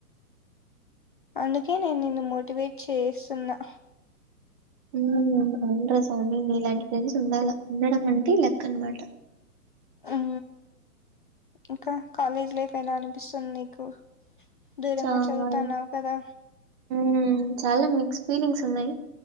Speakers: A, on the left (about 35°); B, on the right (about 20°).
A: అందుకే నేన్ నిన్ను మోటివేట్ చేస్తున్నా
B: హ్మ్ అవున్రా సామి నీలాన్ ఫ్రెండ్స్ ఉండాలా ఉండడం అంటే లక్కన్నమాట
A: ఆ ఇంకా కాలేజ్ లైఫ్ ఎలా అనిపిస్తుంది నీకు? దూరంగా
B: చాలా
A: చదువుతన్నావు కదా
B: హమ్ చాలా మిక్స్ ఫీలింగ్స్ ఉన్నాయి